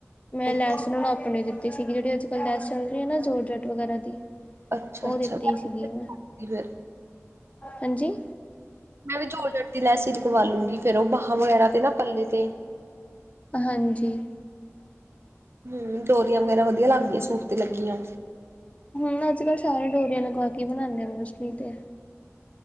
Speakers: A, on the left (about 25°); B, on the right (about 55°).
A: ਮੈਂ
B: ਓਕੇ
A: ਲੈਸ ਉਹਨਾਂ ਨੂੰ ਆਪਣੀ ਦਿੱਤੀ ਸੀਗੀ, ਜਿਹੜੀ ਅੱਜ ਕੱਲ ਲੈਸ ਚੱਲ ਰੀ ਐ ਨਾ, ਜ਼ੋਰ ਜੱਟ ਵਗੈਰਾ ਦੀ
B: ਅੱਛਾ-ਅੱਛਾ
A: ਓ ਦਿੱਤੀ ਸੀਗੀ ਮੈਂ,
B: ਫਿਰ
A: ਹਾਜੀ
B: ਮੈਂ ਵੀ ਜੋਰ ਜੱਟ ਦੀ ਲੈਸ ਈ ਲਗਵਾ ਲੂੰਗੀ, ਫੇਰ ਉਹ ਬਾਹਾਂ ਵਗੈਰਾ ਤੇ ਨਾ ਪੱਲੇ ਤੇ
A: ਹਾਂਜੀ।
B: ਹੂੰ, ਡੋਰੀਆਂ ਵਗੈਰਾ ਵਧੀਆ ਲੱਗਦੀਆਂ, ਸੂਟ ਤੇ ਲੱਗੀਆਂ
A: ਹੂੰ ਅੱਜ ਕੱਲ ਸਾਰੇ ਡੋਰੀਆਂ ਲਗਵਾ ਕੇ ਈ ਬਣਾਦੇ ਆ, ਮੋਸਟਲੀ ਤੇ